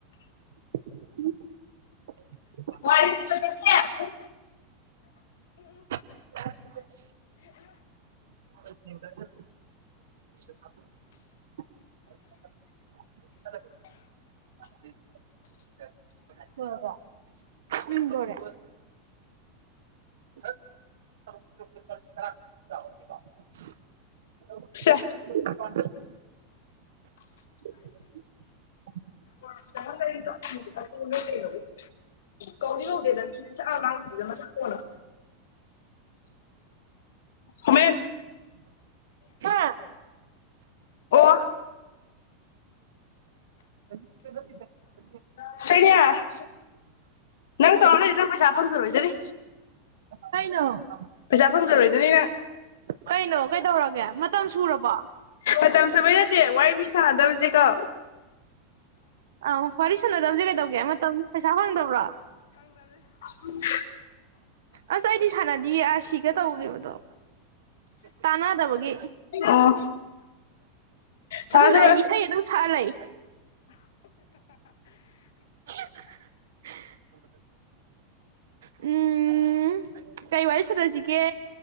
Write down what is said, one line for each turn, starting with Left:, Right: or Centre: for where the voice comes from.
Right: <unintelligible>
Left: ꯋꯥꯏ ꯁꯤꯠꯄꯗꯅꯦ
Right: <unintelligible> <unintelligible> <unintelligible> ꯂꯣꯢꯔꯕꯣ ꯎꯝ ꯂꯣꯏꯔꯦ꯫ <unintelligible> <unintelligible>
Left: ꯁꯦ
Right: <unintelligible>
Left: <unintelligible> <unintelligible> ꯃꯁꯛꯇꯣ <unintelligible>
Right: ꯍꯥ
Left: ꯑꯣ
Right: <unintelligible>
Left: ꯁꯦꯅꯤꯌꯥ ꯅꯪ <unintelligible> ꯄꯩꯁꯥ ꯐꯪꯖꯔꯣꯏꯖꯅꯤ꯫
Right: ꯀꯩꯅꯣ꯫
Left: ꯄꯩꯁꯥ ꯐꯪꯖꯔꯣꯏꯖꯅꯤ ꯅꯪ꯫
Right: ꯀꯩꯅꯣ ꯀꯩꯗꯧꯔꯒꯦ ꯃꯇꯝ ꯁꯨꯔꯕꯣ꯫
Left: ꯃꯇꯝ ꯁꯨꯕꯩ ꯅꯠꯇꯦ ꯋꯥꯔꯤ ꯃꯤ ꯁꯥꯗꯕꯖꯦꯀꯣ
Right: ꯑꯧ ꯋꯥꯔꯤ ꯁꯥꯟꯅꯗꯕꯖꯦ ꯀꯩꯗꯧꯒꯦ ꯃꯇꯝ ꯄꯩꯁꯥ ꯐꯪꯗꯕ꯭ꯔꯣ꯫
Left: ꯎꯝ꯫ <unintelligible>
Right: ꯑꯁ ꯑꯩꯗꯤ ꯁꯥꯟꯅꯗꯤꯌꯦ ꯑꯥꯔ ꯁꯤꯒ ꯇꯧꯒꯤꯕꯗꯣ꯫ ꯇꯥꯟꯅꯗꯕꯒꯤ꯫
Left: ꯑꯣ ꯁꯥꯟꯅꯁꯦ
Right: ꯑꯗꯨꯕꯨꯗꯤ ꯑꯩ
Left: ꯑꯁ
Right: ꯏꯁꯩ ꯑꯗꯨꯝ ꯁꯛ ꯑ ꯂꯩ꯫ <unintelligible> ꯎꯝ ꯀꯩ ꯋꯥꯔꯤ ꯁꯅꯖꯤꯒꯦ꯫